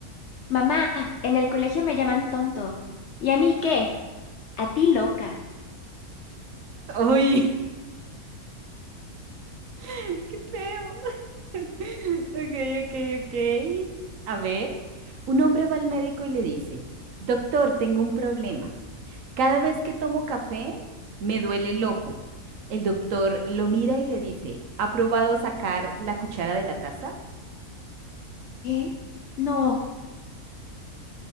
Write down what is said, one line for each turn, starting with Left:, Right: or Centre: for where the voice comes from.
Left: Mamá, en el colegio me llaman tonto. ¿Y a mí qué? A ti loca.
Right: ¡Ay! <laughs> ¡Qué feo! <laughs> Ok, ok, ok. A ver, un hombre va al médico y le dice, Doctor, tengo un problema. Cada vez que tomo café, me duele el ojo. El doctor lo mira y le dice, ¿ha probado sacar la cuchara de la taza?
Left: ¿Qué? No.